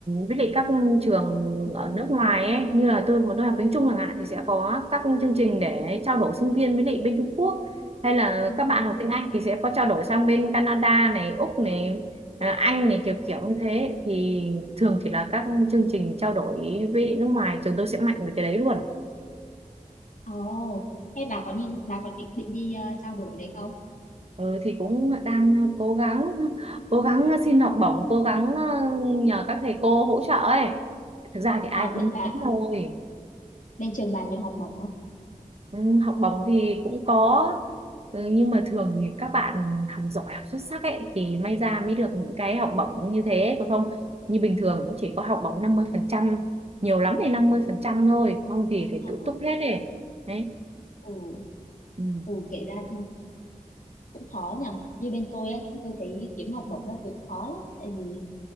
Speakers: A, on the right; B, on the left.
A: với lại các trường
B: Ừ,
A: ở nước ngoài ấy như là tôi bọn tôi học tiếng Trung chẳng hạn thì sẽ có các chương trình để trao đổi sinh viên với lại bên Trung Quốc hay là
B: ừ,
A: các bạn
B: ừ.
A: học tiếng Anh thì sẽ có trao đổi sang bên Canada này Úc này à, Anh này kiểu kiểu như thế thì thường thì là các chương trình trao đổi với nước ngoài trường tôi sẽ mạnh về cái đấy luôn
B: Ồ, thế bà có đi bà có định định đi ờ, trao đổi đấy không?
A: Ừ, thì cũng đang ờ, cố gắng cố gắng ờ, xin học bổng cố gắng ờ, nhờ các thầy cô hỗ trợ ấy thực ra thì ai
B: Ờ, bên
A: cũng
B: bà
A: muốn thôi
B: bên trường bà nhiều học bổng không?
A: ừ, học bổng thì cũng có ừ, nhưng mà thường thì các bạn học giỏi học xuất sắc ấy thì may ra
B: Ừ.
A: mới được những cái học bổng như thế còn không như bình thường cũng chỉ có học bổng năm mươi phần trăm nhiều lắm thì 50 phần trăm thôi không thì phải
B: Ờ,
A: tự túc hết ấy đấy
B: ừ,
A: ừ.
B: ừ, kể ra cũng khó nhỉ như bên tôi ấy tôi thấy kiếm học bổng các thứ cũng khó lắm tại vì